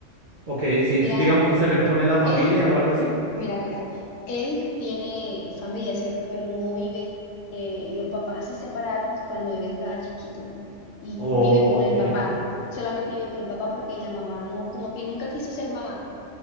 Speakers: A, on the right (about 60°); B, on the left (about 80°).
A: Ok, sí.
B: Mira,
A: s- Digamos, ¿se lo impone la familia
B: él
A: o algo así?
B: Mira, mira, él tiene familia, ¿cierto? Pero no vive, eh, los papás se separaron cuando él estaba chiquito y
A: Oh,
B: vive con
A: ok.
B: el papá, solamente vive con el papá porque la mamá no, como que nunca quiso ser mamá